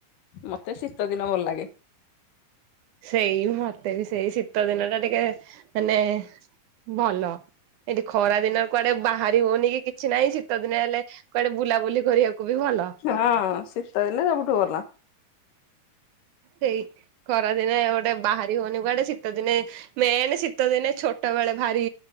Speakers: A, on the left; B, on the right.
A: ମତେ ଶୀତଦିନ ଭଲ ଲାଗେ।
B: ସେଇ ମତେ ବି ସେଇ ଶୀତଦିନ ଟା ଟିକେ ମାନେ ଭଲ। ଏଠି ଖରାଦିନ କୁଆଡେ ବାହାରି ହଉନି କି କିଛି ନାଇଁ ଶୀତଦିନେ ହେଲେ କୁଆଡେ ବୁଲାବୁଲି କରିବାକୁ ବି ଭଲ।
A: ହଁ ଶୀତଦିନେ ସବୁଠୁ ଭଲ।
B: ହେଇ ଖରାଦିନେ ଗୋଟେ ବାହାରି ହଉନି କୁଆଡେ ଶୀତଦିନେ ମେନ ଶୀତଦିନେ ଛୋଟବଳେ ଭାରି